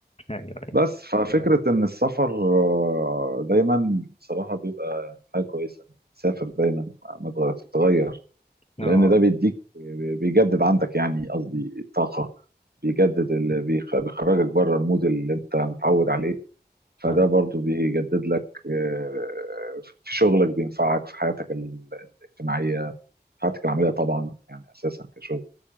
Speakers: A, on the left (about 35°); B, on the right (about 65°).
A: أيوة
B: بس آه. ففكره ان السفر آه، دايما بصراحه بيبقى حاجه كويسه سافر دايما ما تغير تتغير لان
A: أيوة. اه
B: ده بيديك بيجدد عندك يعني قصدي الطاقه بيجدد ال... بيخ- بيخرجك بره المود اللي انت متعود عليه فده
A: فعلا
B: برضو بيجدد لك آه، في شغلك بينفعك في حياتك ال- الاجتماعيه في حياتك العمليه طبعا يعني اساسا كشغل